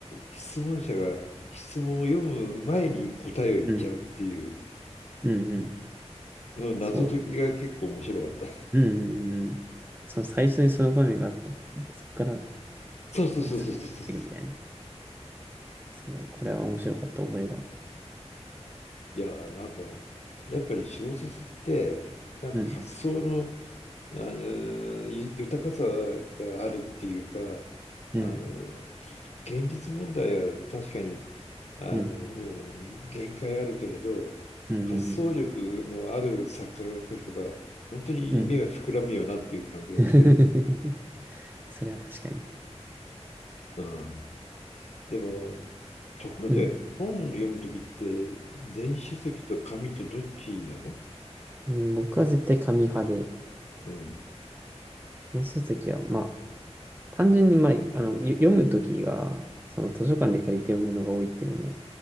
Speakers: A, on the left; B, on the right.
A: 質問者が質問を読む前に答えを言っちゃうっていう、
B: うん、うん、うん、うん
A: その謎解きが結構面白かった。
B: そう。うんうんうんそう、最初にその場面があって、そこから、なん
A: <laughs> そうそうそうそうそうそう。
B: かさっきっていくみたいな。そう、これは面白かった覚えが。
A: いやー、なんか、やっぱり小説って、なんか発想の、
B: うん、
A: あのゆ豊かさがあるっていうか、
B: うん、
A: あの現実問題は確かにあのもう限界あるけれど発想力のある作家が書けば本当に夢が膨らむよなっていう感じがする。
B: うん、うん、うん、うん。うん <laughs> それは確かに。
A: うん、でもところで本を読む時って電子書籍と紙とどっちなの
B: うん、うん、僕は絶対紙派で、
A: うん。
B: 電子書籍は、まあ、単純に、まあ、あの、よ読むときが、その図書館で借りて読むのが多いっていうのも